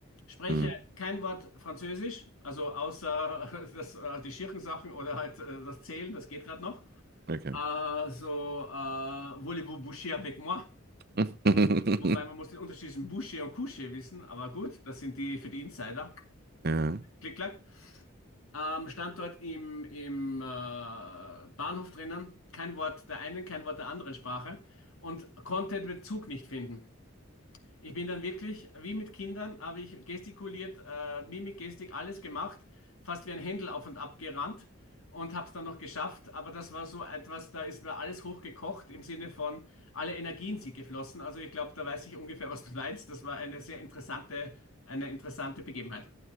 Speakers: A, on the left; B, on the right.
A: spreche
B: Mhm.
A: kein Wort Französisch, also außer <laughs> äh, das, äh, die Schirchensachen oder halt äh, das Zählen, das geht gerade noch.
B: Okay.
A: Äh, so, äh, voulez-vous boucher avec moi?
B: <laughs>
A: Wobei man muss den Unterschied zwischen boucher und coucher wissen, aber gut, das sind die für die Insider.
B: Ja,
A: Klick, klack. Ähm, Standort im, im äh, Bahnhof drinnen, kein Wort der einen, kein Wort der anderen Sprache und konnte den Bezug nicht finden. Ich bin dann wirklich, wie mit Kindern, habe ich gestikuliert, äh, Mimik, Gestik, alles gemacht, fast wie ein Händel auf und ab gerannt und habe es dann noch geschafft. Aber das war so etwas, da ist mir alles hochgekocht im Sinne von, alle Energien sind geflossen. Also ich glaube, da weiß ich ungefähr, was du meinst. Das war eine sehr interessante, eine interessante Begebenheit.